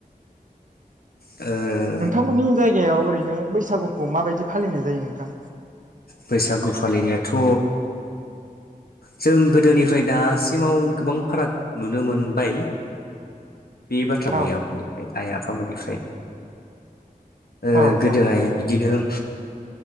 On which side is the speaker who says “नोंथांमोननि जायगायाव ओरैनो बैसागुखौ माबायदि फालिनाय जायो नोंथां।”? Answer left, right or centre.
Right